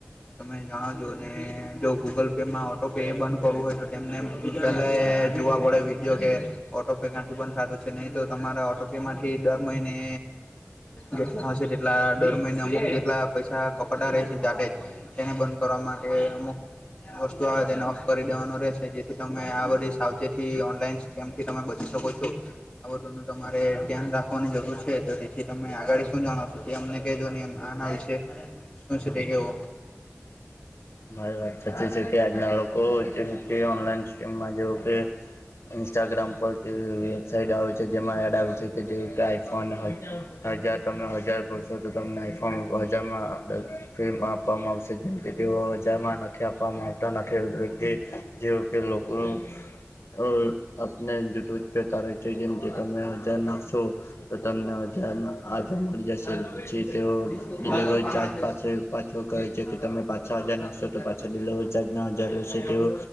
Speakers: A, on the left; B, on the left.
A: તમે જણાવજો ને જો ગૂગલ પેમાં ઓટો પે એ બંધ કરવું હોય તો તેમને પેલે જોવા પડે વિડીયો કે ઓટો પે કાંથી બંદ થતું છે નહી તો તમારા ઓટો તેમાંથી દર મહિને જેટલા હશે તેટલા દર મહિને અમુક જેટલા પૈસા કપાતા રહે છે જાતે જ તેને બંધ કરવા માટે અમુક વસ્તુ આવે તેને ઓફ કરી દેવાનું રહે છે જે તમે આ બધી સાવચેથી ઓનલાઈન સ્કેમ થી તમે બચી શકો છો. આ બધુંનું તમારે ધ્યાન રાખવાની જરૂર છે તો તેથી તમે આગળ શું જણાવશો તે અમને કહેજો ને એ આના વિશે શું છે તે કેવો.
B: તમારી વાત સાચી છે. કે આજના લોકો જેમ કે ઓનલાઈન સ્ટ્રીમ માં જેવું કે ઇન્સ્ટાગ્રામ પરથી વેબસાઇટ આવે છે જેમાં એડ આવે છે કે જે કે આઈફોન હોય હજાર તમે હજાર ભર સો તો તમને આઈફોર્મ હજારમાં અ ફ્રીમાં આપવામાં આવશે જેમ કે તેઓ હજારમાં નથી આપવામાં આવતા નથી એ કે જેવ કે લોકોનું ઓ આપને જૂઠું જતા રહે છે જેમ જે તમે હજાર નાખશો તો તમને હજારના આવી મળી જશ છે પછી તેઓ
A: ઇન્ટેલિજન્ટ
B: લેવર ચાર્જ પાસે પાછું કહે છે કે તમે પાછા હજાર નાખશો તો પાછા દેલો <unintelligible> ના હાજર રહેશે તેઓ